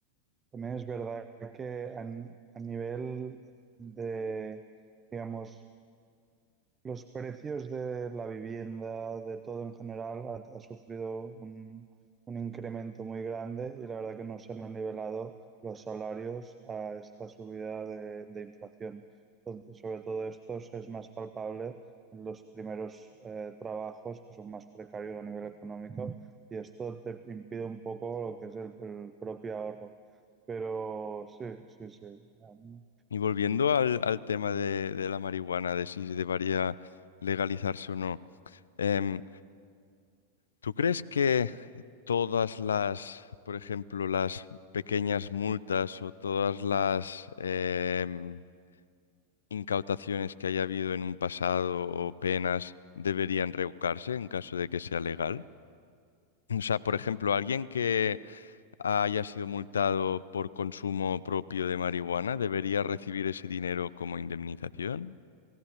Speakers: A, on the right; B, on the left.
A: también es verdad que a, n- a nivel de, digamos, los precios de la vivienda, de todo en general, ha, ha sufrido un, un incremento muy grande y la verdad que no se han nivelado los salarios a esta subida de, de inflación. Entonces, sobre todo esto es más palpable en los primeros eh, trabajos que son más precarios a nivel económico y esto te impide un poco lo que es el, el propio ahorro. Pero sí, sí, sí. Um,
B: Y volviendo al, al tema de, de la marihuana, de si debería legalizarse o no, em, ¿tú crees que... todas las, por ejemplo, las pequeñas multas o todas las em, incautaciones que haya habido en un pasado o penas deberían revocarse en caso de que sea legal. O sea, por ejemplo, alguien que haya sido multado por consumo propio de marihuana debería recibir ese dinero como indemnización.